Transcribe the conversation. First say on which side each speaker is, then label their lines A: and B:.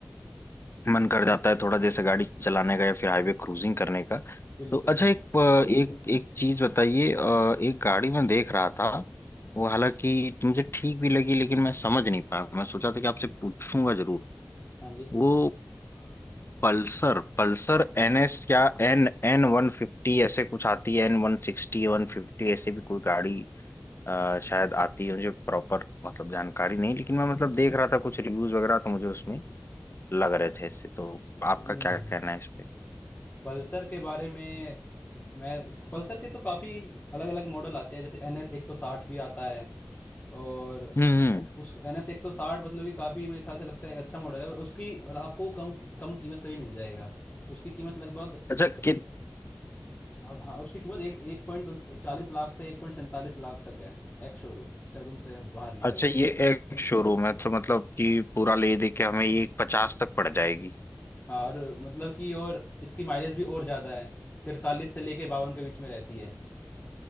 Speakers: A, on the left; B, on the left.
A: मन कर जाता है थोड़ा जैसे गाड़ी चलाने का या फिर हाईवे क्रूजिंग करने का
B: बिल्कुल
A: तो अच्छा
B: बिल्कुल
A: एक अ, एक एक चीज बताइए अ, एक गाड़ी मैं देख रहा था वो हालांकि मुझे ठीक भी लगी लेकिन मैं समझ नहीं पाया मैं सोचा था कि आपसे पूछूंगा जरूर
B: हाँ जी
A: वो
B: पूछिए
A: पल्सर पल्सर एन एस या एन एन वन फिफ्टी ऐसे कुछ आती है एन वन सिक्सटी वन फिफ्टी ऐसे भी कोई गाड़ी अ, शायद आती है मुझे प्रॉपर मतलब जानकारी नहीं लेकिन मैं मतलब देख रहा था कुछ रिव्यूज वगैरह तो मुझे उसमें लग रहे थे ऐसे तो आपका
B: हम्म
A: क्या कहना है इस पे
B: पल्सर के बारे में मैं पल्सर के तो काफ़ी अलग अलग मॉडल आते हैं जैसे एन एस एक सौ साठ भी आता है और
A: हम्म हम्म।
B: उस एन एस एक सौ साठ मतलब कि काफ़ी मेरे ख्याल से लगता है एक अच्छा मॉडल है उसकी और आपको कम कम कीमत पे ही मिल जाएगा उसकी कीमत लगभग
A: अच्छा
B: ए,
A: कि
B: अब हाँ उसकी कीमत एक एक पॉइंट चालीस लाख से एक पॉइंट सैंतालीस लाख तक है एक शोरूम शोरूम से बाहर निकल
A: अच्छा
B: कर
A: ये एक शोरूम है तो मतलब कि पूरा ले दे के हमें ये पचास तक पड़ जाएगी
B: हाँ और मतलब कि और इसकी माइलेज भी और ज़्यादा है तिरतालीस से लेके बावन के बीच में रहती है